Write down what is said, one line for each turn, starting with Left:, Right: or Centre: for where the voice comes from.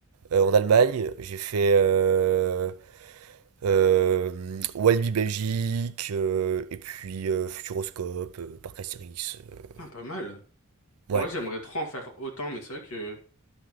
Right: euh, en Allemagne, j'ai fait euh, euh, Walibi Belgique, euh, et puis euh, Futuroscope, euh, Parc Astérix. euh.
Left: Putain, pas mal.
Right: Ouais,
Left: En vrai, j'aimerais trop en faire autant, mais c'est vrai que